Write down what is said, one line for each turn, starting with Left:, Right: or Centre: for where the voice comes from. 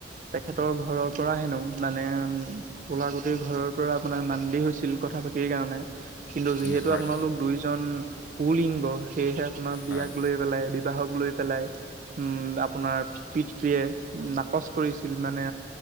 Right: তেখেতৰ ঘৰৰ পৰা হেনো মানে উম। কলা গুটিৰ ঘৰৰ পৰা আপোনাৰ মান্দি হৈছিল কথা পাতিৰ কাৰণে। কিন্তু যিহেতু
Left: উম, হয়।
Right: আপোনালোক দুইজন পুলিংগ সেয়েহে আপোনাৰ বিয়াক
Left: হয়।
Right: লৈ পেলাই বিবাহক লৈ পেলাই উম আপোনাৰ পিতৃয়ে নাকচ কৰিছিল মানে